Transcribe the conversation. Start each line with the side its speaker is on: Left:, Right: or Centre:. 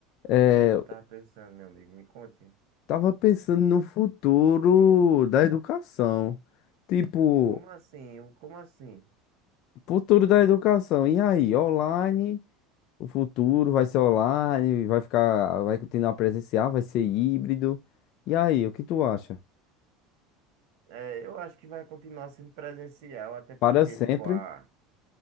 Left: É...
Right: O que é que você
Left: eu
Right: estava pensando, meu amigo? Me conte.
Left: Tava pensando no futuro da educação. Tipo,
Right: Como assim? O- Como assim?
Left: futuro da educação. E aí, online? O futuro vai ser online? Vai ficar. Vai continuar presencial? Vai ser híbrido? E aí, o que tu acha?
Right: É, eu acho que vai continuar sendo presencial, até porque,
Left: Para sempre?
Right: tipo, a.